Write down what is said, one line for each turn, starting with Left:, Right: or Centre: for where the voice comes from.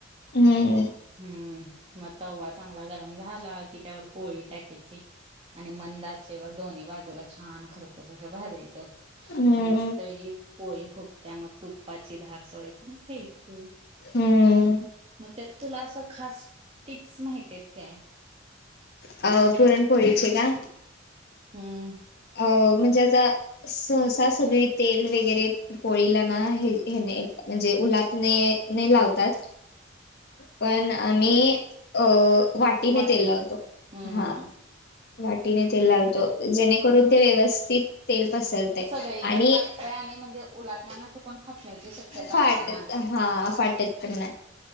Left: हम्म
Right: हम्म... मग तवा चांगला गरम झाला कि त्यावर पोळी टाकायची. आणि मंद आचे वर दोन्ही बाजूला छान खरपूस अस भाजायचं
Left: हम्म
Right: आणि मस्तपैकी पोळी फुग त्या मग तुपाची धार सोडायची अन् खायचं.
Left: हम्म
Right: मग त्यात तुला असं खास टिप्स माहिती आहेत काय?
Left: अ.. पुरणपोळीचे का?
Right: हम्म
Left: हो... म्हणजे अजा सहसा सगळी तेल वगैरे पोळीला ना, हे.... ह्याने... म्हणजे उलाटने.. ने लावतात. पण आम्ही अ, वाटीनं
Right: वाटीना
Left: तेल लावतो,
Right: हम्म
Left: हां. वाटणे तेल लावतो जेणेकरून ते व्यवस्थित तेल पसरतंय
Right: सगळीकड
Left: आणि.
Right: लागतय आणि म्हणजे मुलांना कोण खात नाही ते ते स्वच्छता
Left: फाट
Right: असताना.
Left: हा फाटत पण नाही,